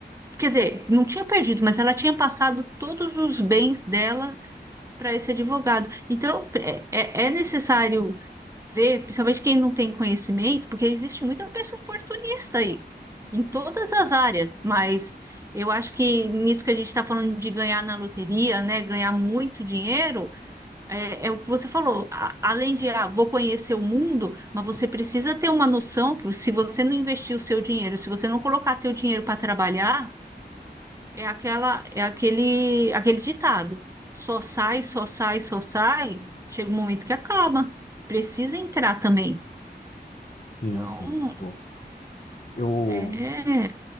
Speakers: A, on the right; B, on the left.
A: Quer dizer, não tinha perdido, mas ela tinha passado todos os bens dela para esse advogado. Então, é, é é necessário ver, principalmente quem não tem conhecimento, porque existe muita pessoa oportunista aí, em todas as áreas, mas eu acho que nisso que a gente está falando de ganhar na loteria, né, ganhar muito dinheiro, é, é o que você falou, a- além de, ah, vou conhecer o mundo, mas você precisa ter uma noção que se você não investir o seu dinheiro, se você não colocar teu dinheiro para trabalhar, é aquela, é aquele, aquele ditado, só sai, só sai, só sai, chega um momento que acaba, precisa entrar também.
B: Sim,
A: Então,
B: sim. Pô, eu
A: é